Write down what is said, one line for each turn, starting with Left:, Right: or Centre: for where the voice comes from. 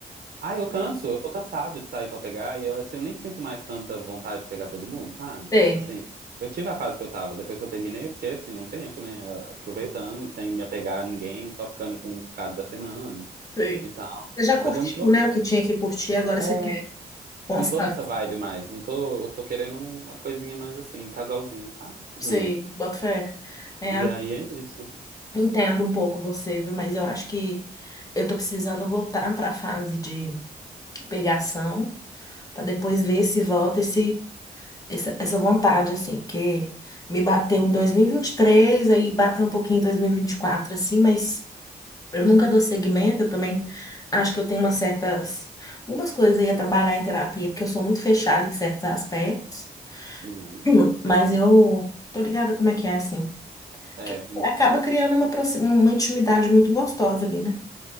Right: Ah, eu canso, eu tô cansado de sair pra pegar e eu, assim, eu nem sinto mais tanta vontade de pegar todo mundo, sabe?
Left: Sei,
Right: Tipo assim, eu tive a fase que eu tava, depois que eu terminei eu fiquei assim, num tempo, né, aproveitando, sem me apegar a ninguém, só ficando com um cada semana
Left: sei.
Right: e tal,
Left: Você já curtiu,
Right: mas eu não tô,
Left: né, o que tinha que curtir, agora
Right: é,
Left: você quer constância.
Right: não tô nessa vibe mais, não tô, eu tô querendo uma coisinha mais assim, um casalzinho, sabe?
Left: Sei,
Right: Hum.
Left: boto fé. É,
Right: E aí é isso.
Left: Entendo um pouco você, viu? Mas eu acho que eu tô precisando voltar para a fase de pegação, para depois ver se volta esse, essa, essa vontade, assim, porque me bateu em 2023, aí bateu um pouquinho em 2024, assim, mas eu nunca dou seguimento, eu também acho que eu tenho umas certas, algumas coisas aí a trabalhar em terapia, porque eu sou muito fechada em certos aspectos,
Right: Uhum.
Left: <clears throat> mas eu tô ligada como é que é, assim.
Right: É,
Left: Porque
Right: hum,
Left: acaba criando uma, proxi- uma intimidade muito gostosa ali, né?